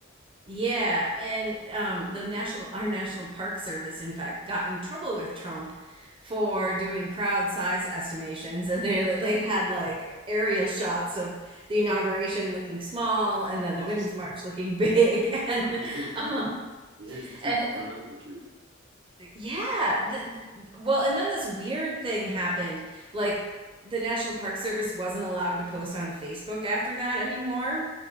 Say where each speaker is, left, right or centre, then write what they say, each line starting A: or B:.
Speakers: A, on the right; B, on the right.
A: Yeah, and um, the national our National Park Service, in fact, got in trouble with Trump for doing crowd size estimations, and they they had like aerial shots of the inauguration looking small, and then the
B: Nice.
A: Women's March looking big, <laughs> and
B: And he hates the
A: um,
B: truth. He hates the truth.
A: and it-
B: He can't
A: we
B: handle the truth.
A: yeah, the, the- well, and then this weird thing happened, like the National Park Service wasn't allowed to post on Facebook after that anymore.